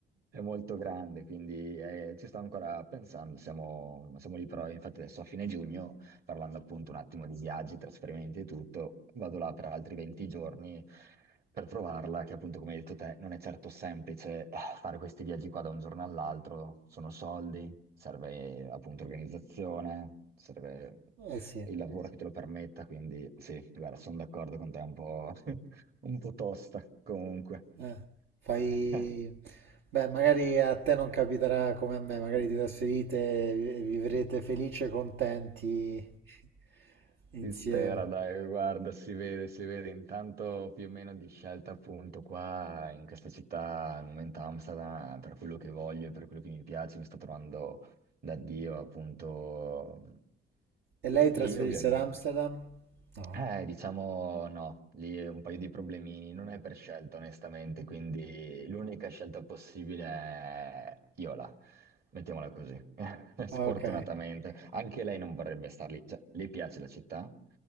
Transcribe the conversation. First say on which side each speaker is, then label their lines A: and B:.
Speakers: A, on the right (about 50°); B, on the right (about 70°).
A: è molto grande, quindi eh, ci sto ancora pensando, siamo, siamo lì però, infatti adesso a fine giugno, parlando appunto un attimo di viaggi, trasferimenti e tutto, vado là per altri 20 giorni per trovarla, che appunto come hai detto te non è certo semplice eh, fare questi viaggi qua da un giorno all'altro, sono soldi, serve appunto organizzazione, serve
B: eh sì.
A: il Eh lavoro che sì. te lo permetta, quindi sì, guarda, sono d'accordo con te un po'. <laughs> un po' tosta comunque.
B: Eh, fai...
A: <laughs>
B: Beh, magari a te non capiterà come a me, magari ti trasferite e vi- e vivrete felici e contenti <laughs> insieme.
A: Si spera, dai, guarda, si vede, si vede intanto più o meno di scelta appunto qua in questa città, al momento Amsterdam, per quello che voglio, e per quello che mi piace, mi sto trovando da Dio appunto
B: E lei trasferirsi
A: lì ovviamente.
B: ad Amsterdam? No.
A: Eh, diciamo no, lì è un paio di problemini, non è per scelta onestamente, quindi l'unica scelta possibile è Iola, mettiamola così, <laughs> sfortunatamente.
B: Ah, Ok,
A: Anche lei non vorrebbe star lì, cioè le piace la città,